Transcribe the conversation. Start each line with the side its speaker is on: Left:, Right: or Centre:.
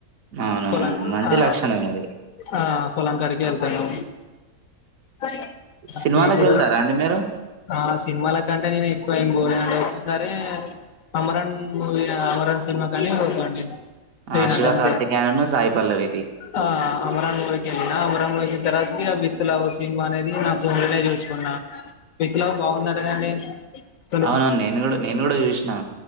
Right: అవునవును.
Left: పొలాం
Right: మంచి
Left: ఆ
Right: లక్షణమే అది.
Left: ఆ పొలంకడికి వెళ్తనం అ
Right: సినిమాలకు
Left: ఇప్పుడు
Right: వెళ్తారా అండి మీరు?
Left: ఆ సినిమాల కంటే నేను ఎక్కువ ఏం బో <unintelligible> సరే అమరాన్ మూవీ అమరాన్ సినిమా కానీ నేను త్రీ
Right: ఆ!
Left: హండ్రెడ్కే
Right: 'శివ కార్తికేయన్‌ను', 'సాయి పల్లవిది'.
Left: ఆ అమరన్ మూవీకి వెళ్లిన అమరన్ మూవీక్ తర్వాతకి విత్తలావు సినిమా అనేది నా ఫోన్లోనే చూసుకున్నాను విత్ లవ్ బాగుందటగా అండి అసలు
Right: అవునవును. నేను గూడా నేను గూడా జూశినా.